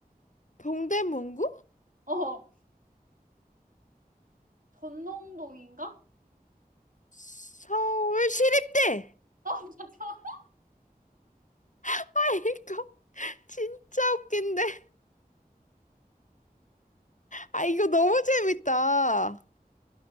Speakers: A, on the left; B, on the right.
A: 동대문구?
B: 어 전농동인가?
A: 서울시립대!
B: 어 <laughs> 맞아.
A: 아, 이거 <laughs> 진짜 웃긴데. 아, 이거 너무 재밌다.